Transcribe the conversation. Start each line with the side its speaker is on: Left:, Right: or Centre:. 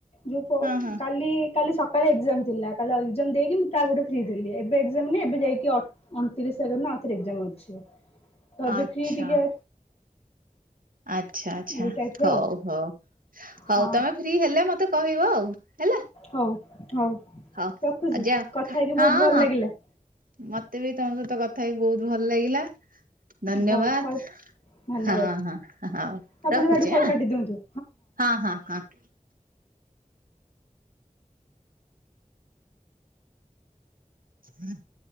Left: ଯଉଁ ପ
Right: ହଁ ହଁ
Left: କାଲି କାଲି ସକାଳେ ଏକ୍ଜାମ ଥିଲା କାଲି ଏକ୍ଜାମ ଦେଇକି ମୁଁ ତାପଟେ ଫ୍ରି ଥିଲି ଏବେ ଏକ୍ସାମ ନାଇଁ ଏବେ ଯାଇକି ଅ ଅଣତିରିଶ ତାରିଖ ଦିନ ଆଉ ଥରେ ଏକ୍ସାମ୍ ଅଛି ତ ଏବେ
Right: ଆଚ୍ଛା
Left: ଫ୍ରି ଟିକେ
Right: ଆଛା ଆଛା
Left: ଏଇ ଟାଇପର
Right: ହଉ
Left: ଆଉ
Right: ହଉ ହଉ
Left: ହଁ
Right: ତମେ ଫ୍ରି ହେଲେ ମତେ କହିବ ଆଉ ହେଲା।
Left: ହଉ ହଉ
Right: ହଉ
Left: ରଖୁଛିୁ
Right: ଆଉ ଯାଅ
Left: କଥା
Right: ଖା
Left: ହେଇକି
Right: ହଁ
Left: ବହୁତ ଭଲ
Right: ହଁ
Left: ଲାଗିଲା।
Right: ମତେ ବି ତମ ସହିତ କଥା ହେଇକି ବହୁତ ଭଲ ଲାଗିଲା ଧନ୍ୟବାଦ।
Left: ହଉ କଲ୍ ଧନ୍ୟବାଦ
Right: ହଁ ହଁ ହଉ
Left: ଆପଣଙ୍କ
Right: ରଖୁଛି
Left: ଆଡୁ କଲ୍
Right: ଆଁ
Left: କାଟି ଦିଅନ୍ତୁ
Right: ହଁ ହଁ ହଁ। <inaudible>